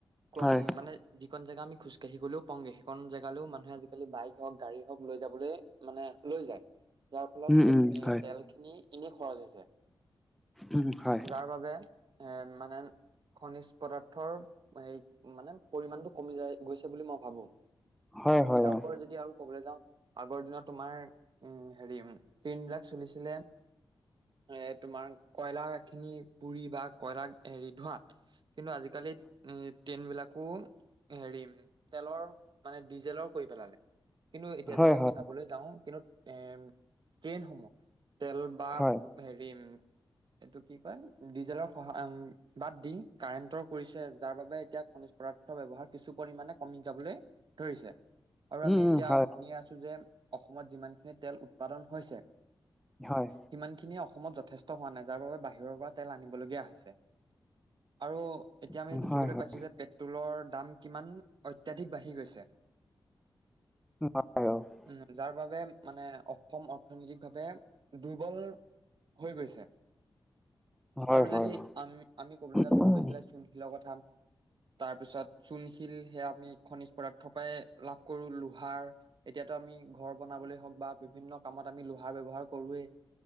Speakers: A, on the right; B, in the centre.
A: কম
B: হয়
A: মানে। যিখন জেগ আমি খোজকাঢ়ি গলেওগে সেইখন জোলও মানুহ আজালি বাইক হওক গাডী হক লৈ যাবলে, মানে লৈ যায়। যাৰ ফলত
B: উম
A: সেই
B: উম
A: এ
B: হয়
A: তেলখিনি এনেই খৰচ হৈছে
B: উম হয়
A: যাৰ বাবে। এ মানে। খনিজ পদাৰ্থৰ হে মানে পৰিমণটো কমি যায় গৈছে বুলি মই ভাবো।
B: হয় হয়
A: আৰু
B: অ
A: কয় যদি আৰু ক'বলৈ যাও আগৰ দিনত তোমাৰ উম হেৰি ট্ৰেইন বিলাক চলিছিলে। এ তোমাৰ কয়লা খিনি পুৰি বা কয়লাৰ হেৰি ধোৱাত কিন্তু আজি, আজিকালি ট্ৰেইন বিলাকো হেৰি, তেলৰ মানে ডিজেলৰ কৰি পেলালে কিন্তু এতিয়া
B: হয়
A: যদি
B: হয়
A: আমি
B: হয়
A: চাবলৈ যাওঁ কিন্তু, এ ট্ৰেইনসমূহ। তেল বা
B: হয়
A: হেৰি। এইটো কি কয়? ডিজেলৰ সহায় বাদ দি কাৰেণ্টৰ কৰিছে, যাৰ বাবে এতিয়া খনিজ পদাৰ্থ ব্যৱহাৰ কিছু পৰিমাণে কমি যাবলে ধৰিছে, আৰু
B: উম
A: আমি
B: উম
A: এতিয়া
B: হয়
A: শুনি আছো যে অসমত যিমানখিনি তেল উৎপাদন হৈছে।
B: হয়।
A: সিমানখিনিয়ে অসমত যথেষ্ট হোৱা নাই, যাৰ বাবে বাহিৰৰ পৰা তেল আনিবলগীয়া হৈছে। আৰু এতিয়া আমি
B: হয়
A: দেখিবলৈ
B: হয়
A: পাইছো যে পে ট্ৰ'লৰ দাম কিমান অত্যাধিক বাঢ়ি গৈছে।
B: <unintelligible>
A: উম, যাৰ বাবে মানে অসম অৰ্থনৈতিক ভাৱে দুৰ্বল হৈ গৈছে।
B: হয়
A: আৰু
B: হয়
A: যদি
B: অ
A: আম আমি কবলৈ যাওঁ
B: উম
A: তুমি কৈছিলা চুনশিলৰ কথা। তাৰপিছত চুণশিল সেয়া আমি। খনিজ পদাৰ্থৰ পায় লাভ কৰো লোহাৰ, এতিয়াতো আমি ঘৰ বনাবলৈ হওঁক বা বিভিন্ন কামত আমি লোহাৰ ব্যৱহাৰ কৰোৱেই।